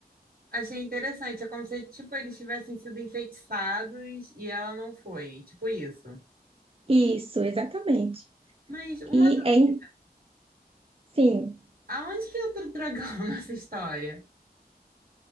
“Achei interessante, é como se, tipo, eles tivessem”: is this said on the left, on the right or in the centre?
Right